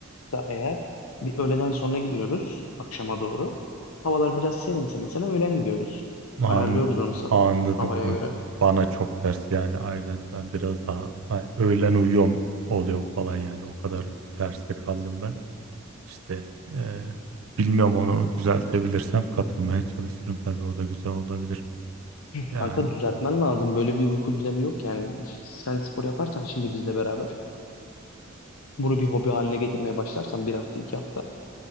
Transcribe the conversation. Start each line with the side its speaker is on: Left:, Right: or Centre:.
Left: da eğer bir öğleden sonra gidiyoruz akşama doğru. Havalar biraz serinse mesela öğlen gidiyoruz.
Right: An,
Left: Ayarlıyoruz onu sa-
Right: anladım
Left: havaya
Right: kanka.
Left: göre.
Right: Bana çok ters yani aynen. Ben biraz daha ay, öğlen uyuyorum oluyorum falan yani. O kadar terste kaldım ben. İşte eee, bilmiyorum onu düzeltebilirsem katılmaya çalışırım tabii o da güzel olabilir. Yani
Left: Kanka düzeltmen lazım. Böyle bir uyku düzeni yok yani. Sen spor yaparsan şimdi bizle beraber bunu bir hobi haline getirmeye başlarsan bir hafta iki hafta